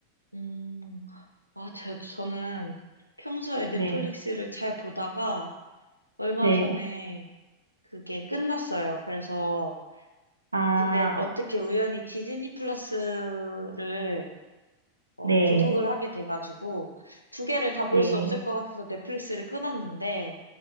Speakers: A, on the left; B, on the right.
A: 음, 아, 제, 저는 평소에 넷플릭스를
B: 네,
A: 잘 보다가 얼마
B: 네.
A: 전에 그게 끝났어요. 그래서
B: 아,
A: 근데 어떻게 우연히 디즈니 플러스를 어,
B: 네,
A: 구독을 하게 돼가지고 두 개를 다 볼
B: 네.
A: 수 없을 것 같아서 넷플릭스를 끊었는데